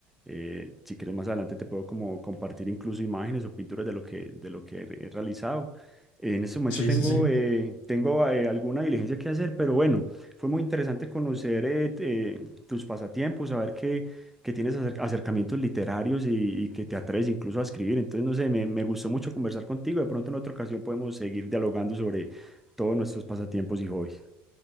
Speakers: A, in the centre; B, on the left.
A: Eh, si quieres más adelante te puedo como compartir incluso imágenes o pinturas de lo que, de lo que he realizado. Eh, en este momento
B: Sí,
A: tengo,
B: sí, sí.
A: eh, tengo eh, alguna diligencia que hacer, pero bueno, fue muy interesante conocer eh, t- eh, tus pasatiempos, saber que, que tienes acer- acercamientos literarios y, y que te atreves incluso a escribir. Entonces, no sé, me, me gustó mucho conversar contigo. De pronto en otra ocasión podemos seguir dialogando sobre todos nuestros pasatiempos y hobbies.